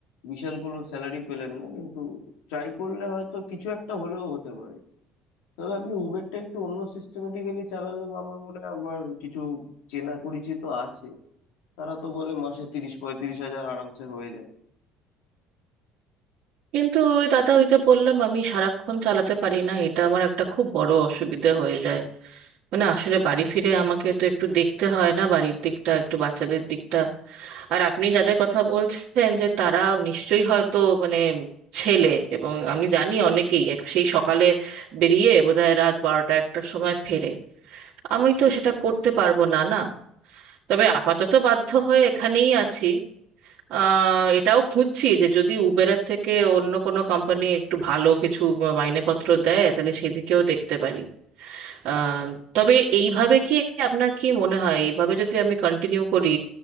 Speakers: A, on the left; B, on the right.
A: বিশাল কোনো স্যালারি পেলেন না কিন্তু ট্রাই করলে হয়তো কিছু একটা হলেও হতে পারে তবে আপনি উবেরটা একটু অন্য সিস্টেমেটিক্যালি চালালে বা আমার মনে হয় আমার কিছু চেনা পরিচিত আছে তারা তো বলে মাসে তিরিশ পঁয়ত্রিশ হাজার আরামসে হয়ে যায়
B: কিন্তু ওই দাদা ওই যে বললাম আমি সারাক্ষণ চালাতে পারি না এটা আমার একটা খুব বড় অসুবিধে হয়ে যায় মানে আসলে বাড়ি ফিরে আমাকে তো একটু দেখতে হয় না বাড়ির দিকটা একটু বাচ্চাদের দিকটা আর আপনি যাদের কথা বলছেন যে তারা নিশ্চয়ই হয়তো মানে ছেলে এবং আমি জানি অনেকেই এক- সেই সকালে বেরিয়ে বোধহয় রাত বারোটা একটার সময় ফেরে আমি তো সেটা করতে পারবো না না তবে আপাতত বাধ্য হয়ে এখানেই আছি আহ এটাও খুঁজছি যে যদি উবেরের থেকে অন্য কোনো কোম্পানি একটু ভালো কিছু মাইনেপত্র দেয় তাহলে সেদিকেও দেখতে পারি আহ, তবে এইভাবে কি আপনার কি মনে হয় এইভাবে যদি আমি কন্টিনিউ করি